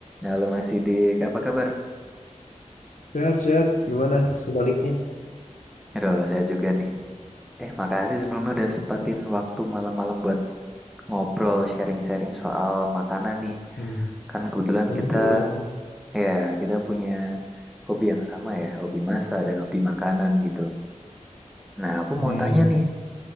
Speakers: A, in the centre; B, on the left.
A: Halo Mas Sidik, apa kabar?
B: Sehat-sehat, gimana sebaliknya?
A: Aduh, saya juga nih. Eh, makasih sebelumnya udah sempatin waktu malam-malam buat ngobrol, sharing-sharing soal makanan nih.
B: Hmm,
A: Kan kebetulan
B: Tentu
A: kita,
B: dong.
A: ya, kita punya hobi yang sama ya, hobi masak dan hobi makanan gitu. Nah, aku
B: Hmm.
A: mau tanya
B: <laughs>
A: nih,